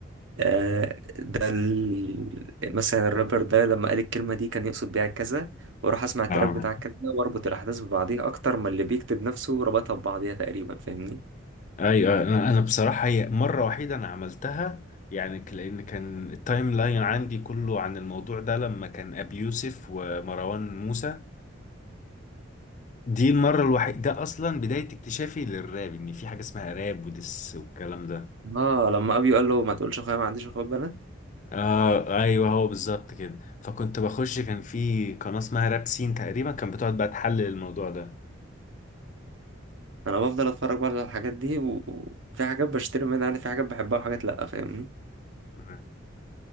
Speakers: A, on the right (about 70°); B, on the left (about 40°).
A: آه ده ال... مثلا الرابر ده لما قال الكلمه دي كان يقصد بيها كذا واروح اسمع التراك
B: اه
A: بتاع كذا واربط الاحداث ببعضيها اكتر ما اللي بيكتب نفسه ربطها ببعضيها تقريبا فاهمني
B: ايوه انا انا بصراحه هي مره وحيده انا عملتها يعني ك- لان كان التايم لاين عندي كله عن الموضوع ده لما كان ابي يوسف ومروان موسى دي المره الوحيده ده اصلا بدايه اكتشافي للراب ان في حاجه اسمها راب ودس والكلام ده
A: اه لما ابيو قال له ما تقولش اخويا ما عنديش اخوات بنات
B: اه ايوه هو بالظبط كده فكنت بخش كان في قناة اسمها رابسين تقريبا كان بتقعد بقى تحلل الموضوع ده
A: انا بفضل اتفرج برضه على الحاجات دي و- وفي حاجات بشتري منها انا في حاجات بحبها وحاجات لا فاهمني
B: مم.